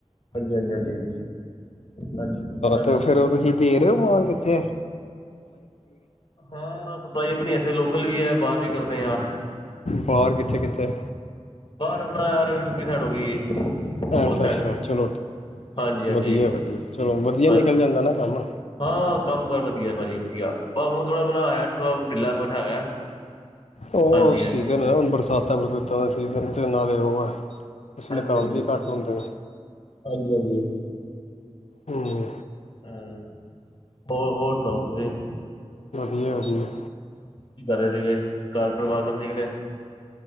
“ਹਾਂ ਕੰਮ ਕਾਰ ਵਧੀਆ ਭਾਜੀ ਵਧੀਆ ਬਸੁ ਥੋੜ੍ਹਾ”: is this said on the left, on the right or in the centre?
Left